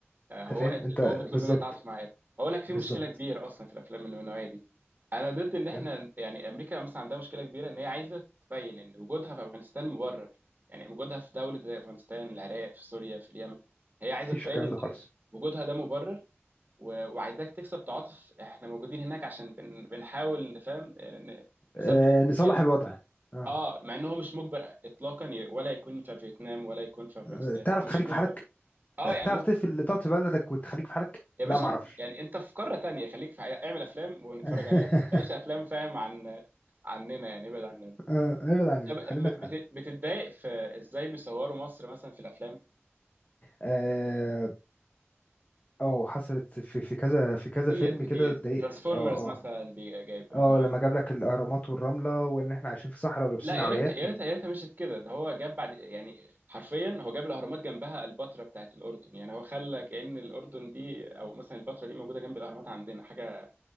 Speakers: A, on the right (about 40°); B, on the left (about 35°).
A: آه، هو
B: انت فاهم
A: قاتل
B: انت
A: هو بيطلب
B: بالظبط
A: منك تتعاطف مع قاتل هقول لك في
B: بالظبط
A: مشكله كبيره اصلا في الافلام اللي من النوعيه دي انا ضد ان احنا
B: فاهم
A: يعني امريكا مثلا عندها مشكله كبيره ان هي عايزه تبين ان وجودها في افغانستان مبرر يعني وجودها في دوله زي افغانستان العراق في سوريا في اليمن هي عايزه
B: مفيش
A: تبين
B: الكلام
A: ان
B: ده خالص
A: إن وجودها ده مبرر و- وعايزاك تكسب تعاطف احنا موجودين هناك عشان بن... بنحاول نفهم ن- نثبت
B: آه، نصلح
A: حرياته.
B: الوضع اه
A: اه مع ان هو مش مجبر اطلاقا ي- ولا يكون في فيتنام ولا يكون في افغانستان
B: آه، تعرف
A: هو
B: تخليك
A: مش مجبر
B: في حالك
A: اه
B: آه،
A: يعني
B: تعرف
A: ممكن
B: تقفل تقعد في بلدك وتخليك في حالك
A: يا باشا
B: لا ما اعرفش
A: أنت- يعني انت في قاره تانية خليك في حقيقة. اعمل افلام ونتفرج
B: <laughs>
A: عليها بس ما تعملش افلام فاهم عن عننا يعني ابعد عننا
B: آه، ابعد عننا
A: طب م-
B: خلينا في
A: بت-
B: حالك
A: بتتضايق في ازاي بيصوروا مصر مثلا في الافلام
B: اه أه، حصلت في في كذا في كذا
A: كتير
B: فيلم
A: كتير
B: كده اتضايقت
A: ترانسفورمرز
B: اه اه
A: مثلا بي- جايب
B: اه
A: هم
B: لما جاب لك الاهرامات والرمله وان احنا عايشين في صحراء ولابسين
A: لا يا
B: عبايات
A: ريتها يا
B: و...
A: ريتها يا ريتها مشيت كده ده هو جاب بعد يعني حرفيا هو جاب الاهرامات جنبها البتراء بتاعت الاردن يعني هو خلى كأن الاردن دي او مثلا البتراء دي موجوده جنب الاهرامات عندنا حاجه